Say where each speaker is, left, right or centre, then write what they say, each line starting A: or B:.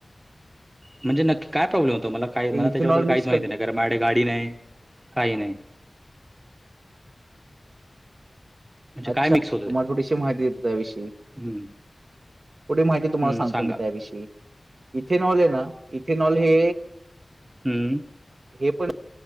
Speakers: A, on the right (about 25°); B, on the right (about 70°).
A: म्हणजे नक्की काय प्रॉब्लेम होतो मला काय
B: ते
A: मला
B: इथेनॉल
A: त्याच्याबद्दल काहीच
B: मिक्स
A: माहिती
B: कर
A: नाही कार माडे गाडी नाही काही नाही म्हणजे
B: अच्छा
A: काय मिक्स
B: तुम्हाला
A: होतंय
B: थोडीशी माहिती देतो त्याविषयी <unintelligible>
A: हम्म
B: पुढ माहितीुम्हाला
A: हम्म
B: सांगतो
A: सांगा
B: मी त्याविषयी इथेनॉल आहे ना इथेनॉल हे
A: हम्म
B: हे पण